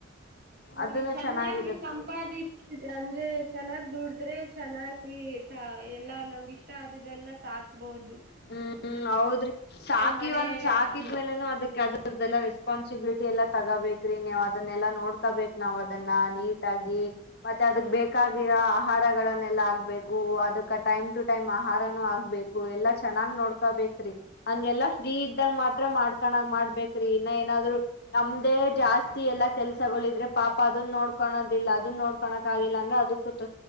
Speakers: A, on the right; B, on the left.
A: ಹ್ಮ್
B: ಅದನ್ನ
A: ಚೆನ್ನಾಗಿ
B: ಚೆನ್ನಾಗಿರುತ್ತೆ
A: ಉಪಾದಿ ಇಷ್ಟ ಇದೆ ಅಂದ್ರೆ ಚೆನ್ನಾಗ್ ದುಡಿದ್ರೆ ಚೆನ್ನಾಗಿ ಎಲ್ಲಾ ನಮ್ಗೆ ಇಷ್ಟ ಆದಿದೆ ಎಲ್ಲ ಸಾಕ್ಬಹುದು
B: ಹ್ಮ್ ಹೌದ್ರಿ ಸಾಕಿ
A: ಮನೆಯಲ್ಲಿ
B: ಒಂದ್ ಸಾಕಿದ್್ಮೇಲೆನು ಅದಕ್ ಅದ ಲ್ಲ ರೆಸ್ಪಾನ್ಸಿಬಿಲಿಟಿ ಎಲ್ಲ ತಗೋಬೇಕ್ರೀ ನೀವು ಅದನ್ನೆಲ್ಲಾ ನೋಡ್ಕೋಬೇಕು ನಾವ್ ಅದನ್ನ ನೀಟ್ ಆಗಿ ಮತ್ತೆ ಅದಕ್ ಬೇಕಾಗಿರೋ ಆಹಾರಗಳನ್ನೆಲ್ಲಾ ಆಗ್ಬೇಕು ಅದಕ್ ಟೈಮ್ ಟು ಟೈಮ್ ಆಹಾರನೂ ಆಗ್ಬೇಕು ಎಲ್ಲ ಚೆನ್ನಾಗ್ ನೋಡ್ಕೋಬೇಕ್ರಿ ಹಂಗೆಲ್ಲಾ ಫ್ರೀ ಇದ್ದಂಗ ಮಾತ್ರ ಮಾಡ್ಕಣಕ್ ಮಾಡ್ಬ್ರಿ ಇನ್ನ ಏನಾದ್ರು ನಮ್ದೇ ಜಾಸ್ತಿ ಎಲ್ಲಾ ಕೆಲ್ಸಗಳ ಇದ್ರೆ ಪಾಪ ಅದನ್ ನೋಡ್ಕೊಳದಿಲ್ಲ ಅದನ್ ನೋಡ್ಕೋಳಕ್ ಆಗಿಲ್ಲ ಅಂದ್ರ ಅದಕ್ಕೂ